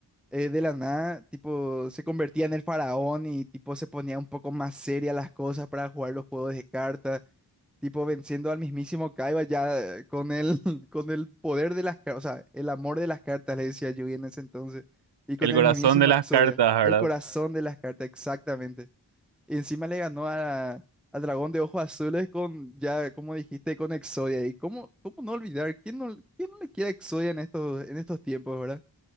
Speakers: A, in the centre; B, on the right.
A: eh, de la nada, tipo, se convertía en el faraón y tipo se ponía un poco más seria las cosas para jugar los juegos de cartas. tipo venciendo al mismísimo Kaiba ya eh, con el, <laughs> con el poder de las cartas, o sea, el amor de las cartas, le decía Yui en ese entonces, y con
B: El
A: el
B: corazón
A: mismísimo
B: de las
A: Exodia,
B: cartas, ¿verdad?
A: el Ah, corazón de las cartas, exactamente. Y encima le ganó a, al dragón de ojos azules con, ya como dijiste, con Exodia. ¿Y cómo, cómo no olvidar? ¿Quién no, quién no le queda Exodia en estos, en estos tiempos, verdad?